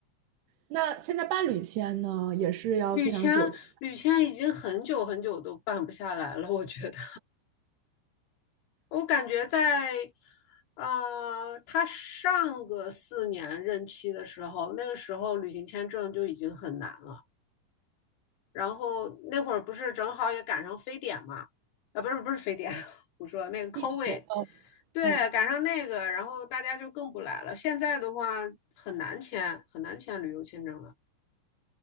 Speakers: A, on the right; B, on the left.
A: 那现在伴侣签呢，也是要非常久才
B: 绿签，绿签已经很久很久都办不下来了，我觉得。我感觉在，呃，他上个四年任期的时候，那个时候旅行签证就已经很难了。然后那会儿不是正好也赶上非典嘛？啊，不是不是非典，<laughs> 我说那个 COVID，
A: 一天哦。
B: 对，
A: 嗯，
B: 赶上那个，然后大家就更不来了。现在的话很难签，很难签旅游签证了。